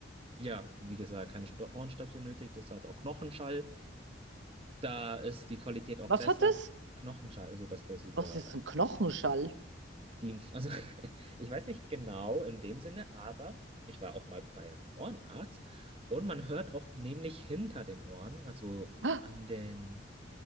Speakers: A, on the right (about 30°); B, on the right (about 75°).
A: ja, wie gesagt, keine Sto- Ohrenstöpsel benötigt, das hat auch Knochenschall. Da ist die Qualität auch
B: Was
A: besser.
B: hat es?
A: Knochenschall, also dass das über
B: Was ist ein Knochenschall?
A: Die, also <laughs> ich weiß nicht genau in dem Sinne, aber ich war auch mal beim Ohrenarzt und man hört auch nämlich hinter den Ohren, also
B: Ah,
A: an den,